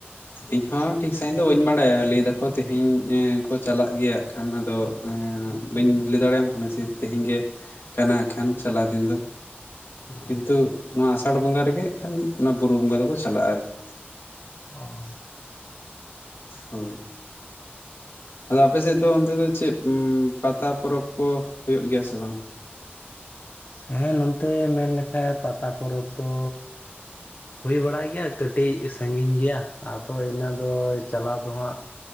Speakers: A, on the left; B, on the left.
A: ᱤᱧ ᱦᱚᱸ ᱴᱷᱤᱠ ᱥᱟᱺᱦᱤᱡ ᱫᱚ ᱵᱟᱹᱧ ᱵᱟᱲᱟᱭᱟ ᱞᱟᱹᱭ ᱫᱟᱠᱚ ᱛᱮᱦᱮᱧ ᱠᱚ ᱪᱟᱞᱟᱜ ᱜᱮᱭᱟ ᱠᱷᱟᱱ ᱫᱚ ᱵᱟᱹᱧ ᱞᱟᱹᱭ ᱫᱟᱲᱮᱭᱟᱢ ᱠᱟᱱᱟ ᱡᱮ ᱛᱮᱦᱮᱧ ᱜᱮ ᱠᱟᱱᱟ ᱠᱷᱟᱱ ᱪᱟᱞᱟᱣ ᱫᱤᱱ ᱫᱚ
B: ᱚ
A: ᱠᱤᱱᱛᱩ
B: ᱟᱪᱪᱷᱟ
A: ᱱᱚᱣᱟ ᱟᱥᱟᱲ ᱵᱚᱸᱜᱟ ᱨᱮᱜᱮ ᱠᱷᱟᱱ ᱚᱱᱟ ᱵᱩᱨᱩ ᱵᱚᱸᱜᱟ ᱫᱚᱠᱚ ᱪᱟᱞᱟᱜᱼᱟ ᱟᱨᱠᱤ
B: ᱚ
A: ᱦᱳᱭ ᱟᱫᱚ ᱟᱯᱮᱥᱮᱫ ᱫᱚ ᱚᱱᱛᱮ ᱫᱚ ᱪᱮᱫ ᱯᱟᱛᱟ ᱯᱚᱨᱚᱵᱽ ᱠᱚ ᱦᱩᱭᱩᱜ ᱜᱮᱭᱟ ᱥᱮ ᱵᱟᱝ
B: ᱦᱮᱸ ᱱᱚᱛᱮ ᱢᱮᱱ ᱞᱮᱠᱷᱟᱡ ᱯᱟᱛᱟ ᱯᱚᱨᱚᱵᱽ ᱫᱚ ᱦᱩᱭ ᱵᱟᱲᱟᱭ ᱜᱮᱭᱟ ᱠᱟᱹᱴᱤᱡ ᱥᱟᱺᱜᱤᱧ ᱜᱮᱭᱟ ᱟᱫᱚ ᱤᱱᱟᱹ ᱫᱚ ᱪᱟᱞᱟᱣ ᱫᱚᱦᱟᱸᱜ